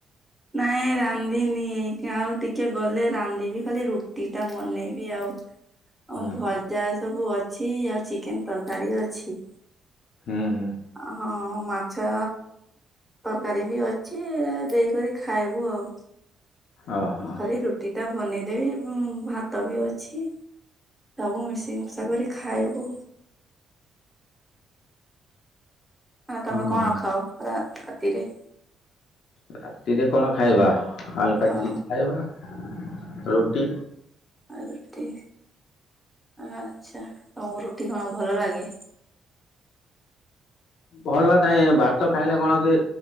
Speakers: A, in the centre; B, on the left.
A: ନାଇଁ ରାନ୍ଧିନି ଏଇ ଆଉ ଟିକେ ଗଲେ ରାନ୍ଧିବି ଖାଲି ରୁଟି ଟା ବନେଇବି ଆଉ।
B: ହୁଁ
A: ଭଜା ସବୁ ଅଛି ଆଉ ଚିକେନ ତରକାରୀ ଅଛି।
B: ହୁଁ ହୁଁ।
A: ହଁ ମାଛ ତରକାରୀ ବି ଅଛି, ଦେଇକରି ଖାଇବୁ ଆଉ।
B: ଓହୋ।
A: ଖାଲି ରୁଟି ଟା ବନେଇଦେବି ଭାତ ବି ଅଛି। ସବୁ ମିଶି ମୁଶା କରି ଖାଇବୁ। ହ
B: ହଁ
A: ତମେ କଣ ଖାଅ ରା ରାତିରେ?
B: ରାତିରେ କଣ ଖାଇବା ହାଲକା
A: ହଁ
B: ଚିଜ ଖାଇବା ରୁଟି।
A: ଆ ରୁଟି। ଆଚ୍ଛା ତମକୁ ରୁଟି କଣ ଭଲ ଲାଗେ?
B: ଭଲ ନାଇଁ ଭାତ ଖାଇଲେ କଣ କି